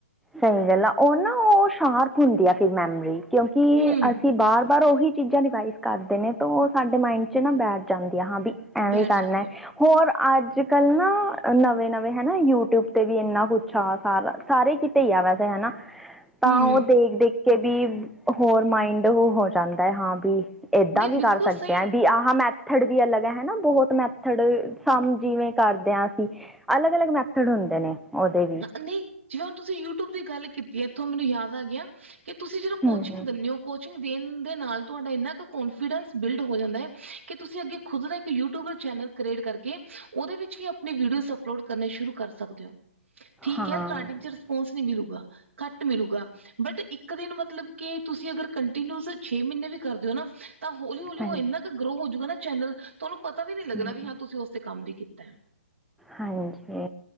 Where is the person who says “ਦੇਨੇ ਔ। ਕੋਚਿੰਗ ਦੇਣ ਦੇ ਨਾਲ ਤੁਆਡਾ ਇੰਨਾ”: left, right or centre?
Right